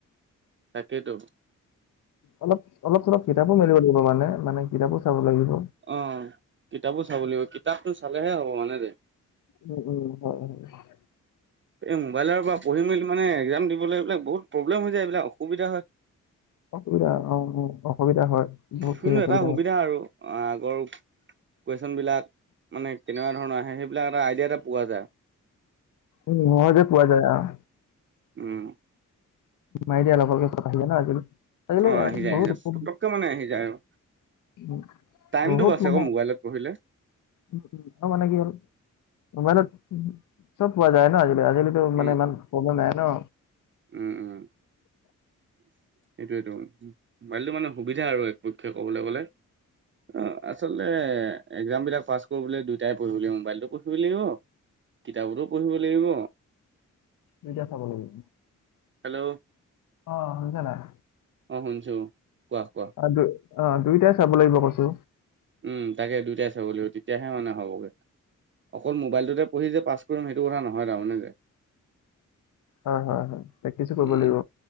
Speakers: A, on the right (about 40°); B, on the left (about 80°).
A: তাকেই ত
B: অলপ অলপ চলপ কিতাপো মেলিব লাগিব মানে মানে কিতাপো চাব লাগিব
A: অঁ', -কিতাপো চাব লাগিব, কিতাপটো চালেহে হ'ব মানে যে।
B: উম-উম, হয়-হয়।
A: এই মোবাইলৰ পৰা পঢ়ি মেলি মানে এক্জাম দিবলৈ এইবিলাক বহুত প্ৰবলেম হৈ যায়, এইবিলাক অসুবিধা হয়।
B: অসুবিধা অঁ', -উমঁ, অসুবিধা হয়। বহুতখিনি
A: কিন্তু
B: অসুবিধা
A: এটা সুবিধা
B: হয়।
A: আৰু আগৰ কুৱেচন বিলাক মানে- কেনেধৰণৰ আহে সেইবিলাক এটা আইডিয়া এটা পোৱা যায়।
B: উমঁ, পোৱা যায় অঁহ।
A: উমঁ।
B: মাৰি দিয়া লগে-লগে পতককে আহি যায় না আজিকালি। আজিকালি
A: অ', আহি যায়,
B: বহুত
A: আহি যায়,
B: উপৰ-
A: পতককে মানে আহি যায় আৰু,
B: উম'
A: টাইমটো
B: বহুত
A: বাছে
B: মানে-
A: আকৌ মোবাইলত পঢ়িলে।
B: আৰু মানে কি হ'ল মোবাইলত চব পোৱা যায় ন আজি কালি। আজি কালি সেইটো
A: উম,
B: মানে ইমান প্ৰব্লেম নাই ন।
A: উম উম।
B: <inaudible>
A: সেইটোৱেটো মোবাইলটো মানে সুবিধা আৰু একপক্ষে ক'বলৈ গ'লে অহ। আচলতে একজামবিলাক পাছ কৰিবলৈ দুয়োটাই পঢ়িব লাগিব মোবাইলটো পঢ়িব লাগিব কিতাপতো পঢ়িব লাগিব।
B: এতিয়া চাব লাগিব।
A: হেল্ল'?
B: অহ, শুনিছানে নাই?
A: অঁহ শুনছু, কোৱা কোৱা।
B: অঁহ দুই অঁহ দুইটাই চাব লাগিব কৈছো।
A: উম, তাকে দুইটাই চাব লাগিব তেতিয়াহে মানে হ'বগৈ। অকল মোবাইলটোতে পঢ়ি যে পাছ কৰিম সেইটো কথা নহয় তাৰমানে যে।
B: হয়, হয়। হয় প্ৰেক্টিছ কৰিব
A: উম
B: লাগিব